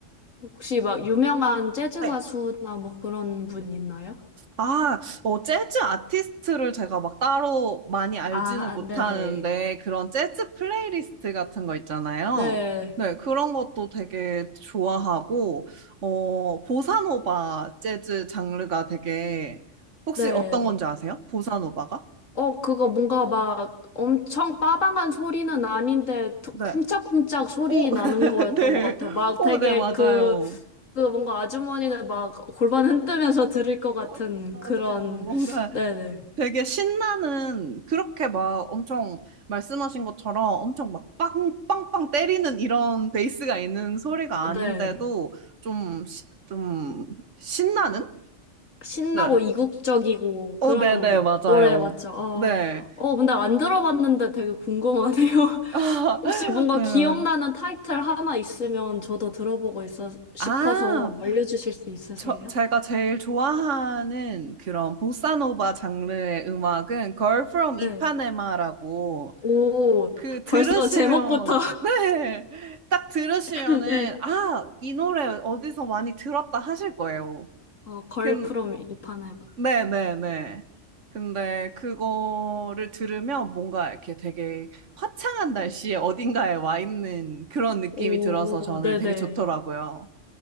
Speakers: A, on the left; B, on the right.
A: 혹시 막 유명한 재즈
B: 네.
A: 가수나 뭐 그런 분 있나요?
B: 아, 어, 재즈 아티스트를 제가 막 따로 많이 알지는
A: 아, 아,
B: 못하는데,
A: 네네.
B: 그런 재즈 플레이리스트 같은 거 있잖아요.
A: 네.
B: 네, 그런 것도 되게 좋아하고, 어, 보사노바 재즈 장르가 되게, 혹시
A: 네네.
B: 어떤 건지 아세요? 보사노바가?
A: 어, 그거 뭔가 막 엄청 빠방한 소리는 아닌데 퉁
B: 네.
A: 쿵짝쿵짝 소리
B: 오, <laughs>
A: 나는 거였던
B: 네.
A: 것 같아요. 막
B: 오,
A: 되게
B: 네, 맞아요.
A: 그, 그 뭔가 아주머니들 막 골반 흔들면서 들을 것 같은
B: 어, 맞아요.
A: 그런,
B: 뭔가
A: 네네.
B: 되게 신나는, 그렇게 막 엄청 말씀하신 것처럼 엄청 막 빵, 빵빵 때리는 이런 베이스가 있는 소리가
A: 네.
B: 아닌데도 좀, 시- 좀 신나는?
A: 신나고
B: 네.
A: 이국적이고
B: 오,
A: 그런
B: 네네, 맞아요.
A: 노래 맞죠? 어,
B: 네.
A: 어, 근데 안 들어봤는데 되게 궁금하네요.
B: <laughs> 아,
A: <laughs> 혹시 뭔가
B: 네.
A: 기억나는 타이틀 하나 있으면 저도 들어보고 있어 싶어서
B: 아,
A: 알려주실 수 있으세요?
B: 저, 제가 제일 좋아하는 그런 보사노바 장르의 음악은 Girl from Ipanema라고
A: 네. 오,
B: 그 들으시면
A: 벌써 제목부터.
B: <laughs> 네, 딱 들으시면은
A: <laughs> 네.
B: 아, 이 노래 어디서 많이 들었다 하실 거예요.
A: 어, 걸프롬
B: 근,
A: 이판해봐.
B: 네,
A: 네.
B: 네, 네. 근데 그거를 들으면 뭔가 이렇게 되게 화창한 날씨에 어딘가에 와 있는 그런 느낌이
A: 오,
B: 들어서 저는
A: 네네.
B: 되게 좋더라고요.